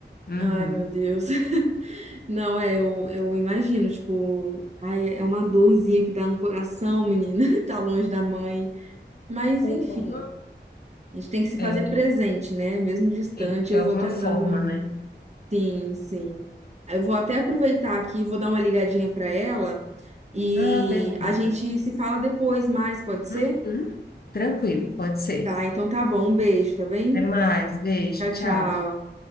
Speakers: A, on the left; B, on the right.
A: Uhum.
B: Ai, meu Deus. <laughs> Não, é, eu, eu imagino, tipo, ai, é uma dorzinha que dá no coração, menina, <laughs> tá longe da mãe. Mas,
A: O
B: enfim,
A: bom
B: a gente tem que se fazer
A: é,
B: presente, né? Mesmo distante,
A: sim, de
B: eu
A: alguma
B: vou tentando.
A: forma, né?
B: Sim, sim. Eu vou até aproveitar aqui, vou dar uma ligadinha para ela e
A: Ah, beleza.
B: a gente se fala depois mais, pode ser?
A: Uhum. Tranquilo, pode ser.
B: Tá, então tá bom. Um beijo, tá bem?
A: Até mais, beijo,
B: Tchau, tchau.
A: tchau.